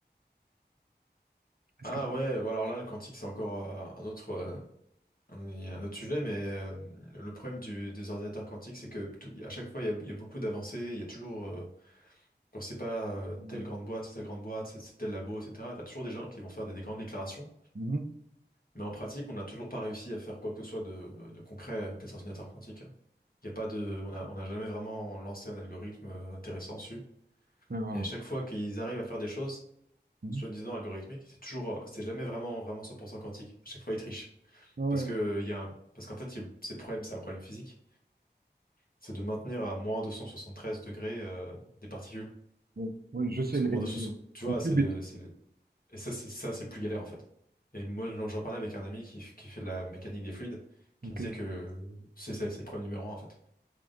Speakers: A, on the right; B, on the left.
A: Est-ce
B: Ah
A: que tu
B: ouais, bah alors là, le quantique, c'est encore euh, un autre, euh, un, un autre sujet, mais euh, le problème du- des ordinateurs quantiques, c'est que tout- à chaque fois, il y a, il y a beaucoup d'avancées, il y a toujours, euh, quand c'est pas euh,
A: Mhm.
B: telle grande boîte, c'est telle grande boîte, c'est c'est tel labo, etc., t'as toujours des gens qui vont faire des, des grandes déclarations,
A: Mhm.
B: mais en pratique, on n'a toujours pas réussi à faire quoi que ce soit de, de concret avec les ordinateurs quantiques. Il y a pas de, on a, on n'a jamais vraiment lancé un algorithme euh, intéressant dessus.
A: Ouais, voilà.
B: Et à chaque fois qu'ils arrivent à faire des choses,
A: Mhm.
B: soi-disant algorithmiques, c'est toujours, euh, c'est jamais vraiment, vraiment 100% quantique. À chaque fois, ils trichent.
A: Ah ouais,
B: Parce que, il y a un- parce qu'en fait, il- c'est le problème, c'est un problème physique. C'est de maintenir à moins 273 degrés, euh, des particules.
A: ouais. Oui, je sais,
B: Parce
A: les,
B: que moins
A: les,
B: 273, tu vois,
A: les qubits.
B: c'est le, c'est le- et ça, c'est, ça, c'est plus galère, en fait. Et moi, j'en j'en parlais avec un ami qui, f- qui fait de la mécanique des fluides,
A: Ok,
B: qui me disait que le- c'est, c'est c'est le problème numéro un, en fait.